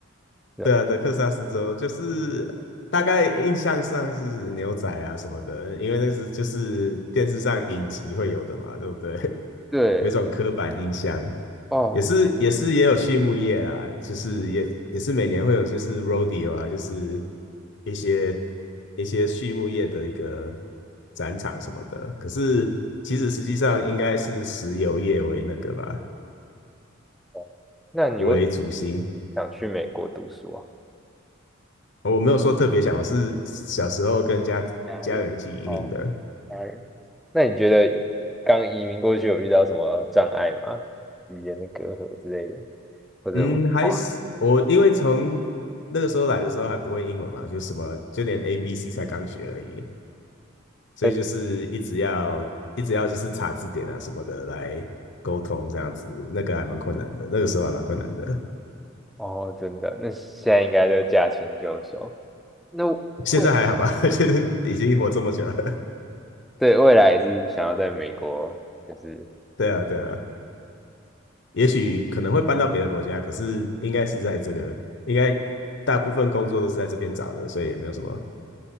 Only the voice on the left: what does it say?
对啊，德克萨斯州就是大概印象上是牛仔啊什么的，因为那是就是电视上影集会有的嘛，对不对？<laughs>
有一种刻板印象，
也是也是也有畜牧业啦，就是也也是每年会有就是 rodeo 啊，就是一些一些畜牧业的一个展场什么的。可是其实实际上应该是石油业为那个吧，
为主心。
我没有说特别想，我是小时候跟家家人一起移民的。
嗯，还是我因为从那个时候来的时候还不会英文嘛，就什么就连 A B C 才刚学而已，所以就是一直要一直要就是查字典啊什么的来沟通这样子，
那个还蛮困难的，那个时候还蛮困难的。
现在还好吧，<laughs> 就是已经活这么久了。
<laughs> 对啊，对啊，也许可能会搬到别的国家，可是应该是在这个，应该大部分工作都是在这边找的，所以也没有什么